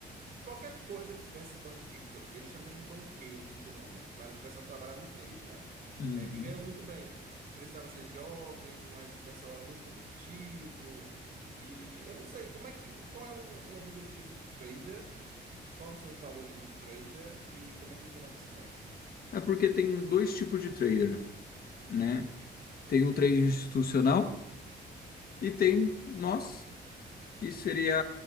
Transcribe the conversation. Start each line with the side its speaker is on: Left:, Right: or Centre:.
Right: Qualquer coisa que tivesse banque... ba- Eles chamam de banqueiros, não sei o nome, mas o pessoal trabalha no trade, né?
Left: Uhum.
Right: É que ganham muito bem. Precisava ser jovem, mas o pessoal era muito competitivo. E eu não sei como é que, qual é o, o objetivo do trader, quais são os valores do trader e como é que ele toma decisões.
Left: É porque tem dois tipos de trader, né? Tem um trader institucional e tem nós, que seria